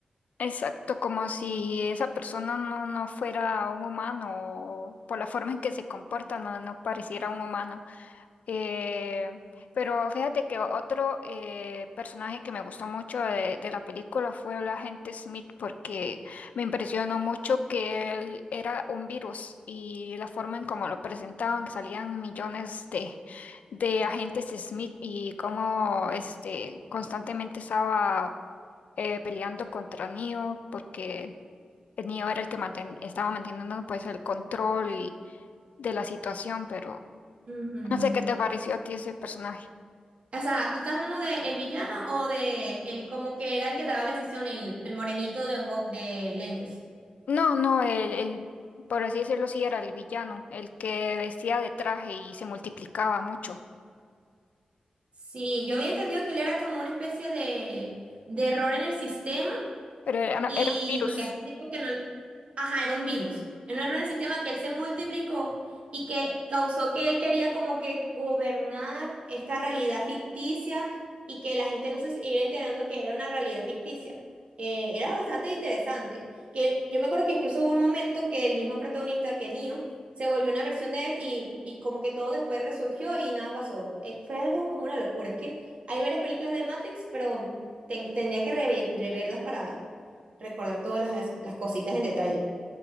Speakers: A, on the left; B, on the right.
A: Exacto, como si esa persona no, no fuera un humano o por la forma en que se comporta no, no pareciera un humano. Eh, pero fíjate que otro eh, personaje que me gustó mucho de, de la película fue el agente Smith porque me impresionó mucho que él era un virus y la forma en cómo lo presentaban, que salían millones de, de agentes Smith y cómo este, constantemente estaba eh, peleando contra Neo porque el Neo era el que manten- estaba manteniendo pues el control y- de la situación, pero
B: Ujú.
A: no sé qué te pareció a ti ese personaje.
B: O sea, ¿tú estás hablando de el villano o de el como que era el que daba la decisión, el, el morenito de, ojo- de lentes?
A: No, no, el, el, por así decirlo, sí era el villano, el que vestía de traje y se multiplicaba mucho,
B: Sí, yo había entendido que él era como una especie de, de error en el sistema
A: pero era, no,
B: Y
A: era un virus.
B: porque hace tiempo que no... Ajá, era un virus. Era un error en el sistema que él se multiplicó y que causó que él quería como que gobernar esta realidad ficticia y que la gente no se iba enterando que era una realidad ficticia. Eh, era bastante interesante. Que yo me acuerdo que incluso hubo un momento que el mismo protagonista, que Neo, se volvió una versión de él y, y como que todo después resurgió y nada pasó. Eh, fue algo como una locura. Es que hay varias películas de Matrix, pero ten- tendría que revi- reverlas para recordar todas las, las cositas en detalle.